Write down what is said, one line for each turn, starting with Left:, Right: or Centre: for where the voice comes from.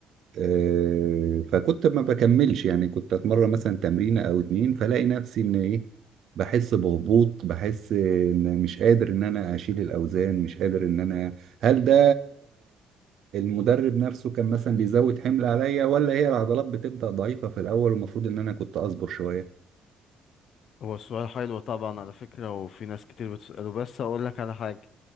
Right: آه، فكنت ما بكملش يعني كنت أتمرن مثلا تمرينة أو اتنين فلاقي نفسي إن إيه بحس بهبوط بحس إن مش قادر إن أنا أشيل الأوزان مش قادر إن أنا هل ده المدرب نفسه كان مثلا بيزود حمل عليا ولا هي العضلات بتبدأ ضعيفة في الأول والمفروض إن أنا كنت أصبر شوية
Left: هو السؤال حلو طبعا على فكرة وفي ناس كتير بتسأله بس اقول لك على حاجة